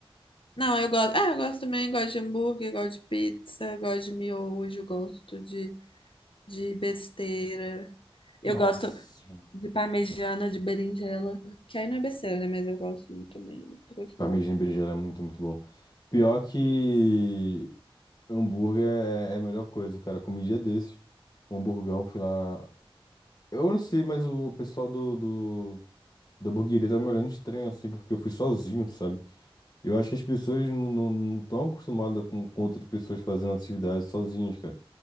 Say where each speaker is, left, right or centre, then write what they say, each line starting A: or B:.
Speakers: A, on the left; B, on the left.
A: Não, eu gosto. Ah, eu gosto também, gosto de hambúrguer, gosto de pizza, gosto de miojo, gosto de, de besteira. Eu
B: Nossa.
A: gosto de parmegiana, de berinjela, que aí não é besteira, né? Mas eu gosto muito também. outra coisa
B: Parmegiana
A: que eu gosto.
B: e berinjela é muito, muito bom. Pior que hambúrguer é, é a melhor coisa, cara. Eu comi um dia desses. Um hamburgão, fui lá. Eu não sei, mas o pessoal do, do da hamburgueria tá me olhando estranho assim, porque eu fui sozinho, sabe? Eu acho que as pessoas não estão acostumadas com, com outras pessoas fazendo atividades sozinhas, cara.